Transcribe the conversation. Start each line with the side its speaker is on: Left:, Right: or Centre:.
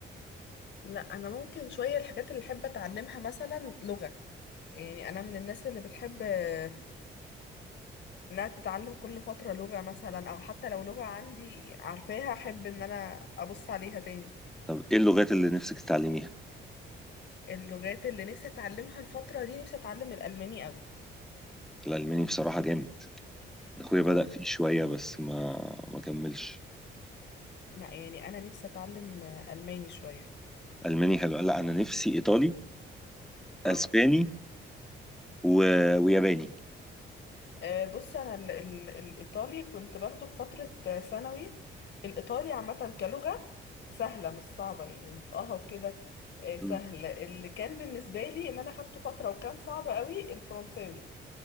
Left: لا انا ممكن شويه الحاجات اللي احب اتعلمها مثلا لغه يعني انا من الناس اللي بتحب آه، انها تتعلم كل فتره لغه مثلا او حتى لو لغه عندي عارفاها احب ان انا ابص عليها تاني
Centre: طب ايه اللغات اللي نفسك تتعلميها
Left: اللغات اللي نفسي اتعلمها الفتره دي نفسي اتعلم الالماني قوي
Centre: الألماني بصراحة جامد اخويا بدأ
Left: اه
Centre: فيه شوية بس ما ما كملش
Left: لا يعني انا نفسي اتعلم آه، الماني شويه
Centre: الماني حلو لا انا نفسي ايطالي
Left: اه
Centre: اسباني و... وياباني
Left: آه، بص انا ال ال الايطالي كنت باخده في فتره آه، ثانوي الايطالي عامه كلغه سهله مش صعبه يعني نطقها وكده آه،
Centre: مم.
Left: سهل اللي كان بالنسبه لي اللي انا اخدته فتره وكان صعب قوي الفرنساوي